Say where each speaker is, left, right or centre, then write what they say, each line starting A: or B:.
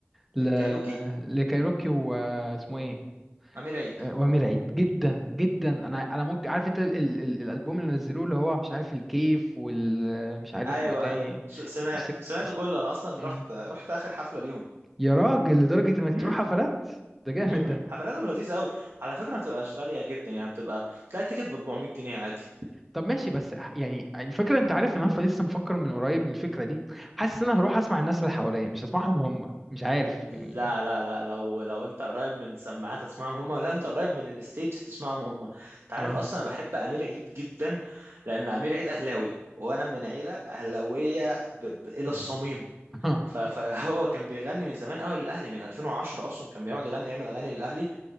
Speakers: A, in the centre; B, on the right.
A: ل...
B: كايروكي
A: <laughs> لكايروكي واسمه ايه
B: أمير عيد
A: آه، وامير عيد جدا جدا انا انا ممكن عارف انت ال... ال... ال- الالبوم اللي نزلوه اللي هو مش عارف الكيف وال مش عارف
B: أيوه
A: وايه تاني
B: أيوه شو- سمعت
A: وسك...
B: سمعت
A: س-
B: كله أنا أصلا
A: مم.
B: رحت رحت آخر حفلة ليهم
A: يا راجل لدرجة انك
B: امم
A: تروح حفلات ده جامد
B: امم
A: ده
B: حفلاتهم لذيذة أوي على فكرة ما بتبقاش غالية جدا يعني بتبقى تلاقي التيكت ب 400 جنيه عادي
A: طب ماشي بس يعني الفكرة انت عارف ان انا لسه مفكر من قريب من الفكرة دي حاسس ان انا هروح اسمع الناس اللي حواليا مش هسمعهم هم مش عارف
B: لا
A: يعني
B: لا لا لو لو انت قريب من سماعات هتسمعهم هم ولا انت قريب من الستيج هتسمعهم هم انت عارف
A: اه
B: اصلا انا بحب امير عيد جدا لان امير عيد اهلاوي وانا من عيله اهلاويه ب... ب...
A: <laughs>
B: الى
A: مم.
B: الصميم
A: اه
B: ف... فهو <laughs> كان بيغني من زمان قوي للاهلي من 2010 اصلا كان بيقعد يغني يعمل اغاني للاهلي